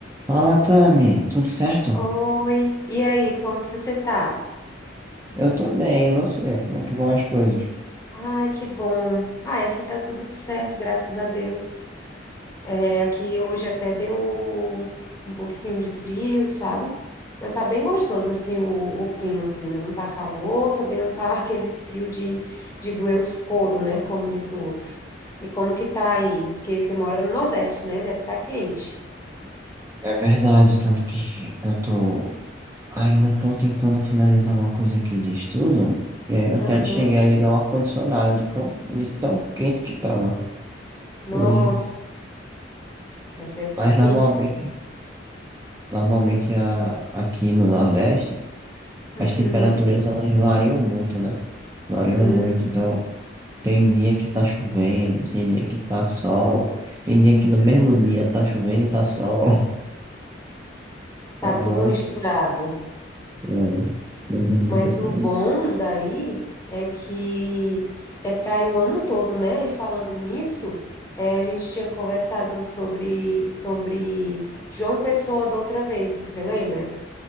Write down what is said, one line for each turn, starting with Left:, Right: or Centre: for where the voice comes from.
Right: Fala, Cami, tudo certo?
Left: Oi, e aí, como que você tá?
Right: Eu tô bem, e você? Como é que vão as coisas?
Left: Ai, que bom. Ai, aqui tá tudo certo, graças a Deus. É, aqui hoje até deu um pouquinho de frio, sabe? Mas tá bem gostoso, assim, o, o clima, assim, não tá calor, também não tá <laughs> aqueles frio de, de doer os couro, né, como diz o outro. E como que tá aí? Porque você mora no Nordeste, né? Deve estar quente.
Right: É verdade, tanto que eu tô. Ainda tô tentando finalizar uma coisa aqui de estudo, e aí eu até
Left: Aham,
Right: cheguei a ligar o ar-condicionado de, cão- de tão quente que tava
Left: Nossa,
Right: hoje.
Left: mas deve ser
Right: Mas
Left: quente.
Right: normalmente,
Left: né?
Right: normalmente a- aqui no Nordeste,
Left: Uhum.
Right: as temperaturas elas variam muito, né? Variam
Left: Hum,
Right: muito, então tem dia que tá chovendo, tem dia que tá sol, tem dia que no
Left: uhum.
Right: mesmo dia tá chovendo e tá sol.
Left: Tá
Right: Uma
Left: tudo
Right: maluquice.
Left: misturado.
Right: Não, não vou nem
Left: Mas
Right: tentar
Left: o bom daí é que é praia o ano todo, né? E falando nisso, eh, a gente tinha conversado sobre, sobre João Pessoa da outra vez, você lembra?